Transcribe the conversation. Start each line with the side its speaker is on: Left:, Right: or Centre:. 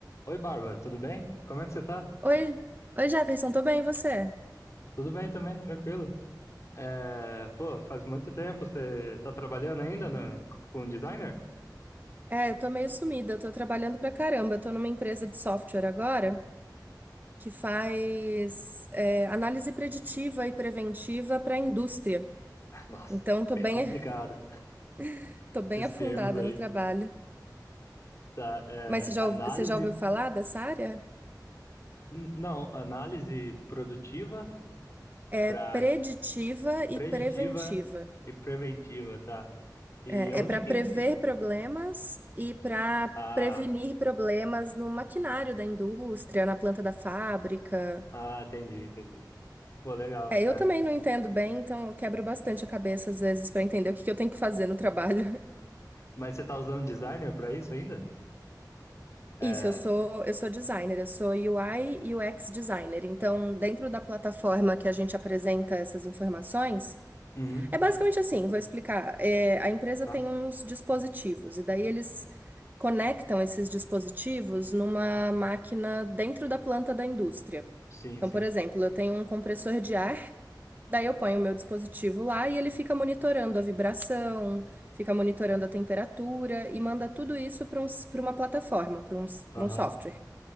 Left: Oi, Bárbara, tudo bem? Como é que você tá?
Right: Oi, oi Jefferson, tô bem, e você?
Left: Tudo bem também, tranquilo. É, pô, faz muito tempo você tá trabalhando ainda na- com designer?
Right: É, eu tô meio sumida, eu tô trabalhando pra caramba. Eu tô numa empresa de software agora que faz é, análise preditiva e preventiva pra indústria.
Left: <laughs> Nossa,
Right: Então, tô
Left: bem
Right: bem,
Left: complicado
Right: <laughs> tô bem
Left: esses
Right: afundada
Left: termos aí.
Right: no trabalho.
Left: Tá, é,
Right: Mas você já,
Left: análise,
Right: ouvi- você já ouviu falar dessa área?
Left: n- não, análise produtiva
Right: É
Left: para
Right: preditiva e
Left: preditiva
Right: preventiva.
Left: e preventiva, tá? E
Right: É,
Left: onde
Right: é para
Left: que...
Right: prever
Left: en- e-
Right: problemas e para
Left: Ah,
Right: prevenir problemas no maquinário da indústria, na planta da fábrica.
Left: ah, entendi, entendi. Pô, legal,
Right: É, eu
Left: é.
Right: também não entendo bem, então eu quebro bastante a cabeça às vezes para entender o que que eu tenho que fazer no trabalho.
Left: Mas você tá usando designer para isso ainda?
Right: <laughs>
Left: É,
Right: Isso, eu sou, eu sou designer, eu sou UI e UX designer. Então, dentro da plataforma que a gente apresenta essas informações,
Left: uhum,
Right: é basicamente assim, vou explicar. É, a empresa
Left: tá,
Right: tem uns dispositivos e daí eles conectam esses dispositivos numa máquina dentro da planta da indústria.
Left: sim,
Right: Então,
Left: sim,
Right: por exemplo, eu tenho um compressor de ar Daí eu ponho o meu dispositivo lá e ele fica monitorando a vibração, fica monitorando a temperatura e manda tudo isso para um, para uma plataforma, para um,
Left: aham.
Right: para um software.